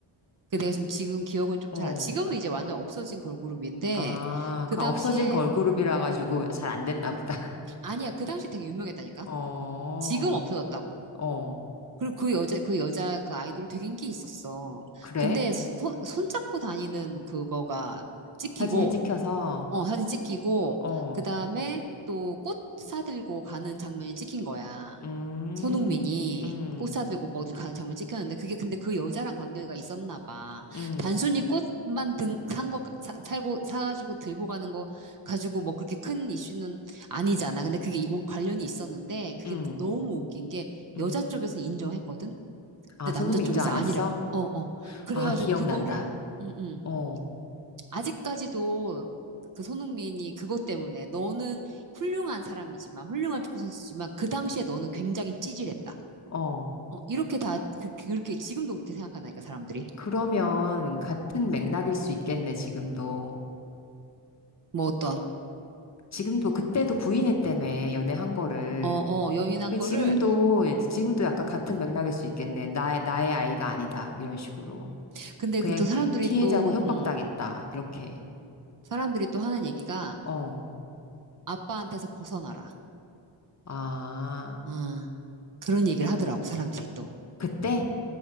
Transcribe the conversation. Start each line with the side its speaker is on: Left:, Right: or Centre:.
Right: 그 내가 지금, 지금 기억은 좀
Left: 어,
Right: 잘 안, 지금은 이제 완전 없어진 걸그룹인데,
Left: 아,
Right: 그
Left: 그
Right: 당시에,
Left: 없어진 걸그룹이라 가지고 잘 안 됐나 보다.
Right: 아니야, 그 당시 되게 유명했다니까?
Left: <laughs> 어,
Right: 지금 없어졌다고.
Left: 어,
Right: 그리고 그 여자, 그 여자, 그 아이돌 되게 인기 있었어.
Left: 그래?
Right: 근데 손, 손잡고 다니는 그거가 찍히고,
Left: 사진에 찍혀서,
Right: 어, 사진 찍히고,
Left: 어,
Right: 그 다음에 또 꽃 사들고 가는 장면이 찍힌 거야.
Left: 음,
Right: 손흥민이
Left: 음.
Right: 꽃 사들고 뭐 어디 가는 장면 찍혔는데, 그게 근데 그 여자랑 관계가 있었나 봐.
Left: 응,
Right: 단순히 꽃만 등, 산 거, 사, 살고, 사가지고 들고 가는 거 가지고 뭐 그렇게 큰 이슈는 아니잖아. 근데 그게 이- 관련이 있었는데, 그게
Left: 응,
Right: 너무 웃긴 게
Left: 응.
Right: 여자 쪽에서는 인정했거든?
Left: 아,
Right: 근데
Left: 손흥민
Right: 남자 쪽에서
Left: 인정 안
Right: 아니라고.
Left: 했어?
Right: 어, 어. 그래가지고
Left: 아, 기억난다.
Right: 그거를, 음, 음.
Left: 어,
Right: 아직까지도 그 손흥민이 그것 때문에 너는 훌륭한 사람이지만, 훌륭한 축구 선수지만, 그 당시에 너는 굉장히 찌질했다.
Left: 어.
Right: 어, 이렇게 다, 그, 그- 그렇게, 지금도 그렇게 생각하니까, 사람들이.
Left: 그러면 같은 맥락일 수 있겠네, 지금도.
Right: 뭐 어떤,
Left: 지금도 그때도 부인했다며, 연애한 거를.
Right: 어, 어, 여인한
Left: 그 지금도,
Right: 거를,
Left: 지금도 약간 같은 맥락일 수 있겠네. 나의, 나의 아이가 아니다. 이런 식으로.
Right: 음. 근데
Left: 그냥
Right: 그 또 사람들이
Left: 피해자고
Right: 또,
Left: 협박당했다.
Right: 음.
Left: 이렇게.
Right: 사람들이 또 하는 얘기가,
Left: 어.
Right: 아빠한테서 벗어나라.
Left: 아,
Right: 아, 그런 얘기를 하더라고, 사람들이 또.
Left: 그때?